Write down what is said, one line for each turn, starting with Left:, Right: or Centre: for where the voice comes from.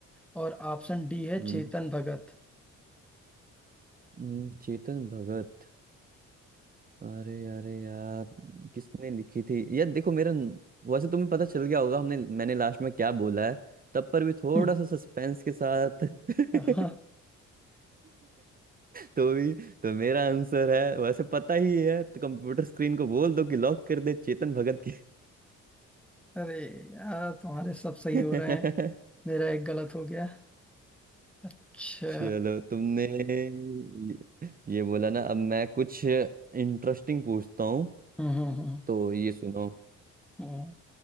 Centre: और ऑप्शन डी है
Right: हम्म,
Centre: चेतन भगत
Right: हम्म, चेतन भगत अरे अरे यार किसने लिखी थी यार देखो मेरा न- वैसे तुम्हें पता चल गया होगा हमने मैंने लास्ट में क्या बोला है तब पर भी थोड़ा
Centre: <laughs>
Right: सा सस्पेंस के साथ <laughs>
Centre: हाँ,
Right: तो भी तो मेरा आंसर है वैसे पता ही है तो कंप्यूटर स्क्रीन को बोल दो कि लॉक कर दे चेतन भगत की
Centre: अरे यार तुम्हारे सब सही
Right: <laughs>
Centre: हो रहे हैं मेरा एक गलत हो गया अच्छा
Right: चलो तुमने ये ये बोला ना अब मैं कुछ इंटरेस्टिंग पूछता हूँ
Centre: हम्म हम्म
Right: तो ये सुनो
Centre: हम्म